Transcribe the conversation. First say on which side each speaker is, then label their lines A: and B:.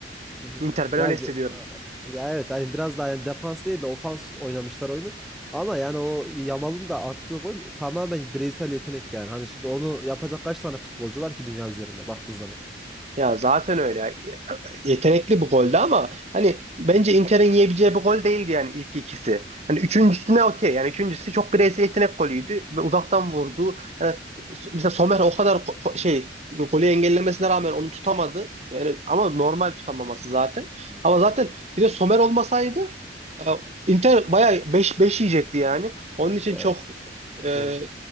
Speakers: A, in the centre; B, on the right.
A: Hı hı.
B: Inter. Ben
A: Ya
B: öyle hissediyorum.
A: bir, ya evet hani biraz daha yani defans değil de ofans oynamışlar oyunu. Ama yani o Yamal'ın da attığı gol tamamen bireysel yetenek yani. Hani şimdi onu yapacak kaç tane futbolcu var ki dünya üzerinde baktığın zaman.
B: Ya zaten öyle. Yetenekli bu golde ama hani bence Inter'in yiyebileceği bir gol değildi yani ilk ikisi. Hani üçüncüsüne okey. Yani üçüncüsü çok bireysel yetenek golüydü ve uzaktan vurdu. Hani s- mesela Sommer o kadar ko- ko- şey golü engellemesine rağmen onu tutamadı. Yani ama normal tutamaması zaten.
A: Hı.
B: Ama zaten bir de Sommer olmasaydı e, Inter bayağı 5-5 yiyecekti yani. Onun için
A: Evet.
B: çok e,
A: Doğru.